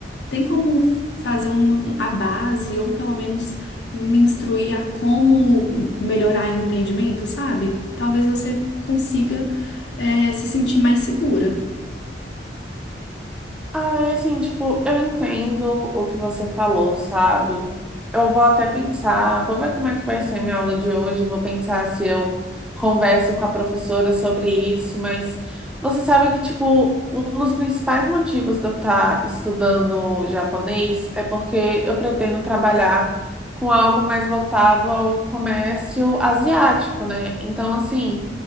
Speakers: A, on the left; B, in the centre.
A: tem como fazer uma, a base, ou pelo menos me instruir a como melhorar o entendimento, sabe? Talvez você consiga, é, se sentir mais segura.
B: Ai, assim, tipo, eu entendo o que você falou, sabe? Eu vou até pensar, vou ver como é que vai ser minha aula de hoje, vou pensar se eu converso com a professora sobre isso, mas você sabe que, tipo, um dos principais motivos de eu estar estudando japonês é porque eu pretendo trabalhar com algo mais voltado ao comércio asiático, né? Então, assim,